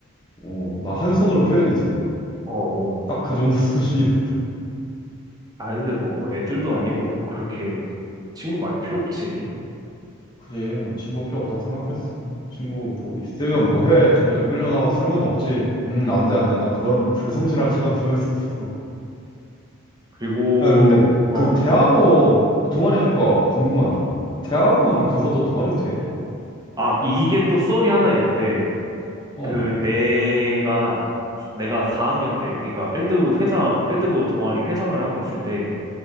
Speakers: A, on the left; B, on the right.
A: 어, 나 한 손으로 표현이 돼.
B: 어.
A: 딱 그 정도 <laughs> 수준이야.
B: 아, 근데 뭐, 애들도 아니고, 그렇게 친구 많이 필요 없지.
A: 그래, 나 친구 필요 없다고 생각했어. 친구 뭐 있으면 뭐 해? 저녁에 끌려 나가 술만 먹지. 음, 안 돼, 안 돼. 나 그런 불성실한 시간 보냈었어.
B: 그리고,
A: 야, 근데
B: 어.
A: 그 대학원 동아리니까 궁금한 좀. 대학원 가서도 동아리 돼?
B: 아, 이게 또 썰이 하나 있는데,
A: 어,
B: 그, 내가, 내가 4학년 때, 그러니까 밴드 회장, 밴드부 동아리 회장을 하고 있을 때,